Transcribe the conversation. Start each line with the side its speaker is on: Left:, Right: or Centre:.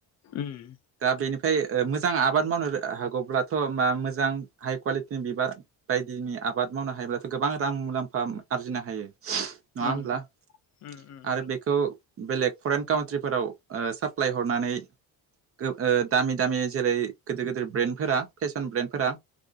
Left: ओम।
Right: दा बेनिफ्राय मोजां आबाद मावनो हागौब्लाथ' मा मोजां हाइ कुवालिटिनि बिबार। बायदिनि आबाद मावनो हायोब्लाथ' गोबां रां मुलाम्फा आरजिनो हायो नङा
Left: उम
Right: होमब्ला।
Left: उम उम।
Right: आरो बेखौ बेलेग फरेन काउट्रिफोराव ओ साप्लाय हरनानै ओ दामि दामि जेरै गोदिर गोदिर ब्रेन्डफोरा फेसन ब्रेन्डफोरा